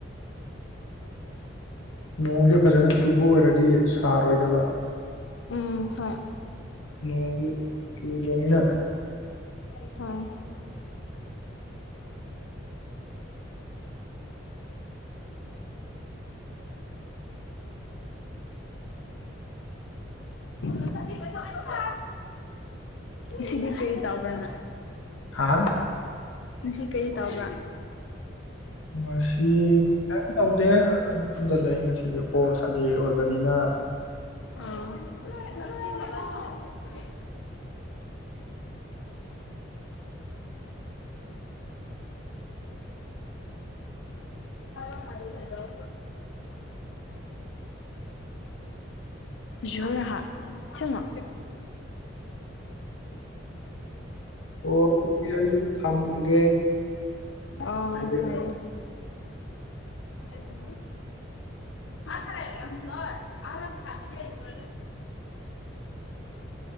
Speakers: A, on the left; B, on the left.
A: ꯅꯣꯡꯁꯦ ꯐꯖꯅ ꯆꯨꯕ ꯑꯣꯏꯔꯗꯤ ꯁꯥꯔꯣꯏꯗꯕ
B: ꯎꯝ ꯍꯣꯏ
A: ꯅꯣꯡꯉꯤ ꯆꯨꯗꯃꯤꯅ
B: ꯍꯣꯏ <inaudible> ꯁꯤꯗꯤ ꯀꯔꯤ ꯇꯕ꯭ꯔꯦꯅ
A: ꯍꯥ
B: ꯉꯁꯤ ꯀꯔꯤ ꯇꯥꯎꯕ
A: ꯉꯁꯤ ꯀꯔꯤ ꯇꯧꯗꯦ ꯑꯗꯨꯝ ꯌꯨꯝꯗ ꯂꯩ ꯉꯁꯤꯗꯤ ꯑꯣ ꯁꯟꯗꯦ ꯑꯣꯏꯕꯅꯤꯅ
B: ꯑ ꯍ ꯍꯂꯣ ꯖꯣꯔꯍꯥ ꯊꯉꯣ
A: ꯑꯣ ꯑꯗꯨꯗꯤ ꯑꯩꯁꯨ ꯊꯝꯃꯒꯦ
B: ꯑ
A: ꯍꯌꯦꯡ
B: ꯍꯣꯏ ꯑꯗꯨ ꯉ ꯊꯥꯏꯔꯝ ꯅꯣꯏ ꯑ ꯊ